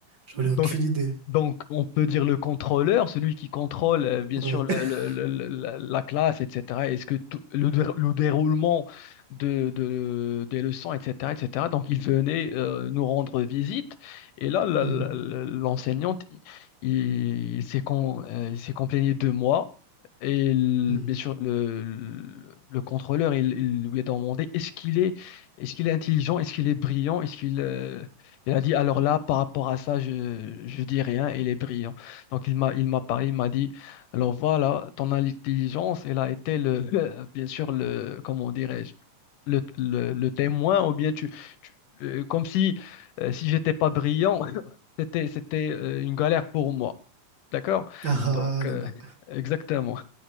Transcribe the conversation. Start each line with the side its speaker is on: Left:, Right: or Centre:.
Right: J'en ai aucune
Left: Donc,
Right: idée.
Left: donc, on peut dire le contrôleur, celui qui contrôle, euh, bien sûr,
Right: Ouais.
Left: le-
Right: <laughs>
Left: le- le- le- la la classe, etc. Est-ce que tout- le, dé- le déroulement de, de- des leçons, etc., etc. Donc, il venait euh, nous rendre visite. Et là, la-
Right: Mhm,
Left: la- la- l'enseignante, il, il s'est con- euh, il s'est complaigné de moi. Et le-
Right: mhm.
Left: bien sûr, le, le- le contrôleur, il, il lui a demandé, est-ce qu'il est, est-ce qu'il est intelligent, est-ce qu'il est brillant, est-ce qu'il... euh, il a dit, alors là, par rapport à ça, je, je dis rien, il est brillant. Donc, il m'a, il m'a parlé, il m'a dit, alors voilà, ton intelligence, elle a été le, <laughs> bien sûr, le, comment dirais-je, le, le, le témoin, ou bien tu, tu- euh, comme si, euh, si j'étais pas brillant, <laughs> c'était, c'était euh, une galère pour moi. D'accord?
Right: Ah,
Left: Donc,
Right: <laughs> ah, d'accord.
Left: euh, exactement.